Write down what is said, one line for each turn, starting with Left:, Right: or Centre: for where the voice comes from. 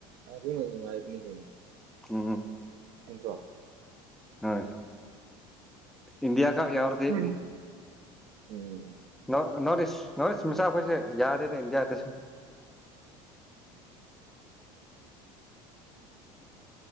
Right: ꯑ ꯑꯗꯨ ꯅꯨꯡꯉꯥꯏꯕꯅꯤ ꯀꯩꯅꯣ
Centre: ꯎꯝ
Right: ꯅꯠꯇꯔꯣ
Centre: ꯍꯣꯏ ꯏꯟꯗꯤꯌꯥ ꯀ ꯌꯥꯎꯔꯗꯤ
Right: ꯎꯝ ꯎꯝ
Centre: ꯅ ꯅꯣꯔꯠ ꯏꯁ ꯅꯣꯔꯠ ꯏꯁ ꯃꯆꯥ ꯑꯩꯈꯣꯏꯁꯦ ꯌꯥꯗꯦꯗ ꯏꯟꯗꯤꯌꯥꯗꯁꯨ